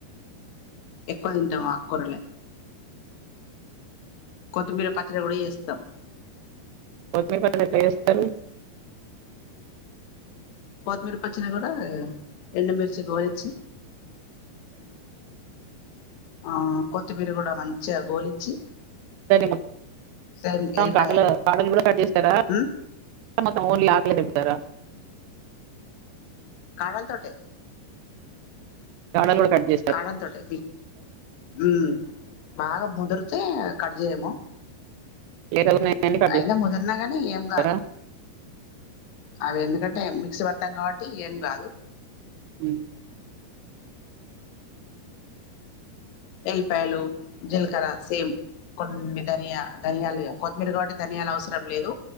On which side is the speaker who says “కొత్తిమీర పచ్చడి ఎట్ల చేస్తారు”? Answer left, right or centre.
Right